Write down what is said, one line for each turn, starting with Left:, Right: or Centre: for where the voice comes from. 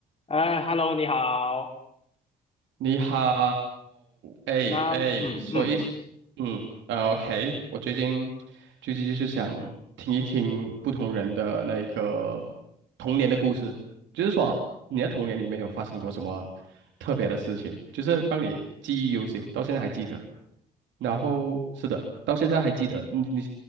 Left: 哎，Hello，你好。
Right: 你好，哎哎，
Left: 那，嗯嗯，
Right: 所以，嗯 o k 我最近最近就是想听一听不同人的那一个童年的故事，就是说你在童年里面有发生过什么特别的事情，就是让你记忆犹新，到现在还记得。然后是的，到现在还记得你你